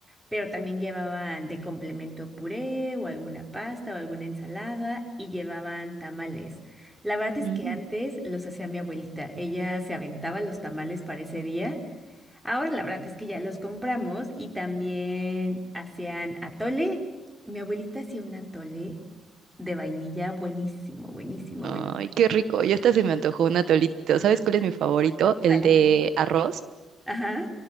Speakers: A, in the centre; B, on the right (about 70°).
A: pero también llevaban de complemento puré o alguna pasta o alguna ensalada y llevaban tamales. La verdad es
B: Mm.
A: que antes los hacía mi abuelita. Ella se aventaba los tamales para ese día. Ahora la verdad es que ya los compramos y también hacían atole. Mi abuelita hacía un atole de vainilla buenísimo, buenísimo,
B: Ay,
A: buenísimo.
B: qué rico. Ya hasta se me antojó un atolito. ¿Sabes cuál es mi favorito?
A: Vale.
B: El de arroz.
A: Ajá.